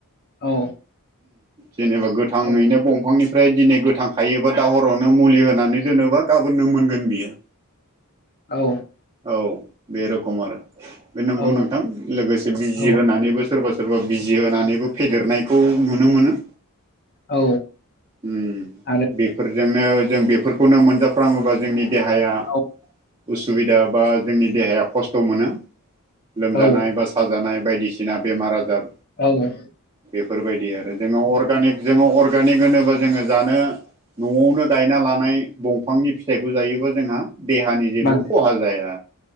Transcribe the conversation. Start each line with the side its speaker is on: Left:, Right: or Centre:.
Left: औ
Right: जेनेबा गोथाङैनो
Left: औ
Right: बंफांनि ओमफ्राय दिनै गोथां खायोबा दा हरावनो मुलि होनानै दोनोबा गाबोननो मोनगोन बियो। <inaudible>
Left: औ
Right: औ बे रोखम आरो बे नंगौ
Left: औ
Right: नोंथां लोगोसे बिजि
Left: औ
Right: होनानैबो सोरबा सोर -' सोरबा बिजि होनानैबो फेदेरनायखौ नुनो मोनो।
Left: औ
Right: ओम।
Left: आरो
Right: बेफोरजोंनो जों बेफोरखौनो मोनजाफ्राङोबा जोंनि देहाया
Left: औ
Right: उसुबिदा बा जोंनि देहाया खस्थ' मोनो। लोमजानाय
Left: औ
Right: बा साजानाय बायदिसिना बेमार आज जार।
Left: औ
Right: बेफोरबायदि आरो जोङो अर्गानिक जोङो अर्गानिक होनोब्ला जोङो जानो न'आवनो गायना लानाय बं फांनि फिथाइखौ जायोबा जोंहा देहानि जेबो
Left: बांसिन
Right: खहा जाया।